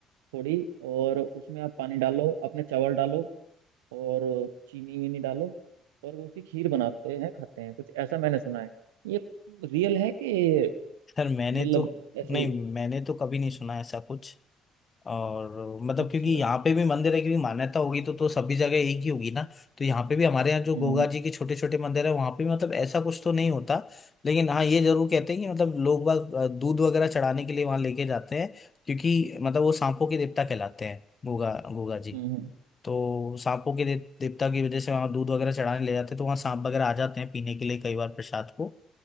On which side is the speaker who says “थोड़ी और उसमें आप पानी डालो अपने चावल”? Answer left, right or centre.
Right